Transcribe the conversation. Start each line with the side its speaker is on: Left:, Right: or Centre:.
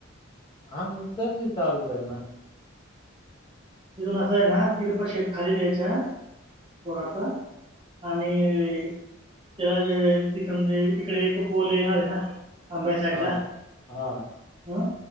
Left: हा मग तल्ली चालतंय ना.
Right: तिथून असं आहे ना तिरपा शेप खाली द्यायच्या थोडासा आणी त्याला जे <unintelligible> इकडे एक पोल येणार ये ना आंबे साईडला
Left: हां, हां,
Right: अ